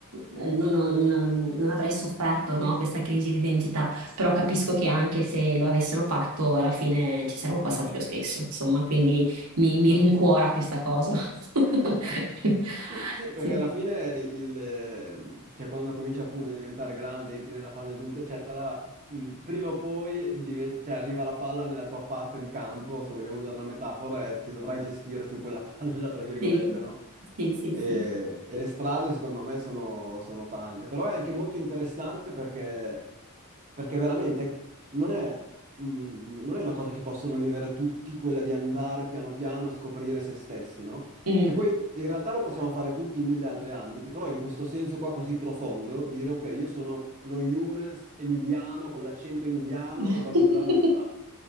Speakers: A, on the right; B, on the right.
A: eh, non, non- non- non avrei sofferto, no, questa crisi di identità. Però capisco che anche se lo avessero fatto, alla fine ci saremmo passati lo stesso, insomma, quindi mi,
B: esatto.
A: mi rincuora questa cosa. <laughs>
B: <laughs> Sì, sì, perché
A: Sì,
B: alla fine il, eh, cioè quando cominci appunto a diventare grande, entri nella fase adulta, eccetera, mh, prima o poi diven- cioè, arriva la palla nella tua parte di campo, se vogliamo usare una metafora, e ti dovrai gestire tu quella <laughs> palla, tra virgolette,
A: sì,
B: no?
A: sì, sì,
B: E,
A: sì.
B: e le strade secondo me sono, sono tante, però è anche molto interessante perché Perché veramente non è, mm, non è una cosa che possono vivere tutti, quella di andare piano piano a scoprire se stessi, no?
A: Mm.
B: Che poi in realtà lo possiamo fare tutti in mille altri ambiti, però in questo senso qua così profondo, dire ok, io sono lo Younes emiliano con l'accento emiliano,
A: <laughs>
B: bla bla bla bla bla bla.